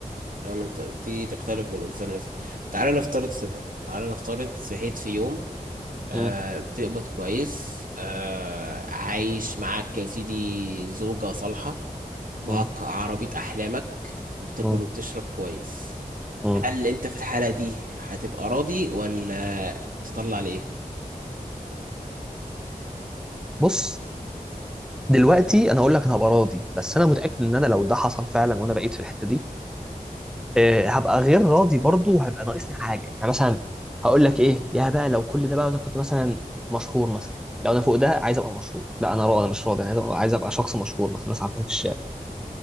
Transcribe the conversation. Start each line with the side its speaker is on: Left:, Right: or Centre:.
Right: انا من ط- دي تختلف من انسان لانسان تعالى نفترض سيناريو تعالى نفترض صحيت في يوم آه
Centre: م-
Right: بتقبض كويس آه عايش معاك يا سيدي زوجة صالحة معاك
Centre: م-
Right: عربية احلامك وبتاكل
Centre: م-
Right: وبتشرب كويس
Centre: م.
Right: هل انت في الحالة دي هتبقى راضي ولا تطلع ليه
Centre: بص دلوقتي انا اقول لك انا هبقى راضي بس انا متاكد ان انا لو ده حصل فعلا وانا بقيت في الحته دي آه، هبقى غير راضي برضو وهبقى ناقصني حاجه يعني مثلا هقول لك ايه يا بقى لو كل ده بقى انا كنت مثلا مشهور مثلا لو انا فوق ده عايز ابقى مشهور لا انا راضي انا مش راضي انا عايز ابقى عايز ابقى شخص مشهور مثلا الناس عارفاني في الشارع